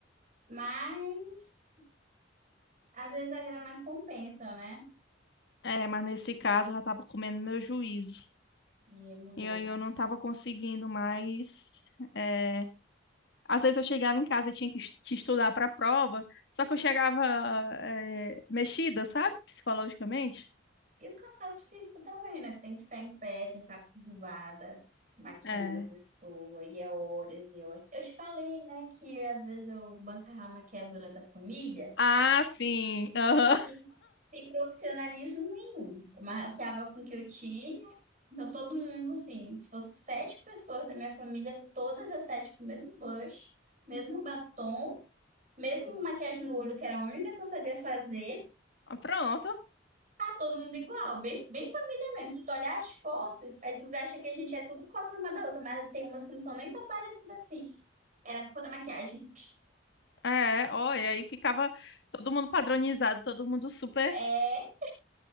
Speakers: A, on the right (about 40°); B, on the left (about 60°).
A: Mas, às vezes a grana compensa, né?
B: É, mas nesse caso eu já tava comendo meu juízo.
A: E a mulher.
B: E aí eu não tava conseguindo mais. eh, Às vezes eu chegava em casa e tinha que es- que estudar para a prova, só que eu chegava eh, mexida, sabe? Psicologicamente.
A: E o cansaço físico também, né? Que tem que ficar em pé, tem que ficar curvada, maquiando
B: é
A: a pessoa, e é horas e horas. Eu te falei, né, que às vezes eu bancava a maquiadora da família.
B: Ah, sim. Aham.
A: sem, sem profissionalismo nenhum. Eu maquiava com o que eu tinha. Então, todo mundo, assim, se fosse sete pessoas da minha família, todas as sete com o mesmo blush, mesmo batom, mesmo maquiagem no olho, que era a única que eu sabia fazer,
B: Ah, Pronto.
A: tá todo mundo igual, bem, bem família mesmo. Se tu olhar as fotos, aí tu acha que a gente é tudo cópia uma da outra, mas tem umas que não são nem tão parecidas assim. Era a culpa da maquiagem.
B: É, ó, e aí ficava todo mundo padronizado, todo mundo super,
A: É.